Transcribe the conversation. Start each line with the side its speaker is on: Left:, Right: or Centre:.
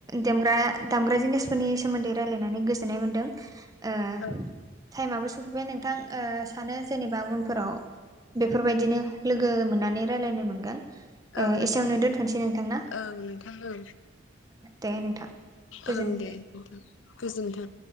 Right: दग्रा दामग्रा जिनिस सनि सोमोन्दै रायलायनानै गोजोननाय मोन्दों टाइमाबबो
Left: औ
Right: सफैबाय नोंथां सानो जेनेबा उनफोराव बेफोरबायदिनो लोगो मोननानै रायलायनो मोनगोन
Left: औ नोंथां
Right: एसेयावनो दोनथ'सै नोंथांना
Left: औ नोंथां औ
Right: दे नोंथां गोजोननाय
Left: ओं
Right: थाबाय
Left: दे गोजोन्थों